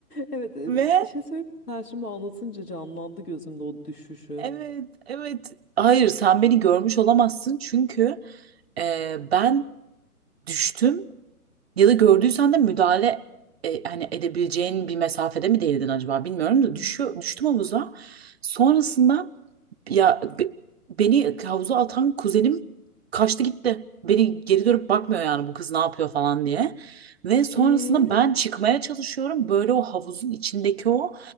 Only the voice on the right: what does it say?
<laughs>
Ve
evet evet hayır sen beni görmüş olamazsın çünkü e, ben düştüm Ya da gördüysen de müdahale e, hani edebileceğin bir mesafede mi değildin acaba bilmiyorum da
düşüyor, düştüm havuza. Sonrasında ya be- beni havuza atan kuzenim kaçtı gitti. Beni geri dönüp bakmıyor yani bu kız ne yapıyor falan diye. Ve sonrasında
ben çıkmaya çalışıyorum. Böyle o havuzun içindeki o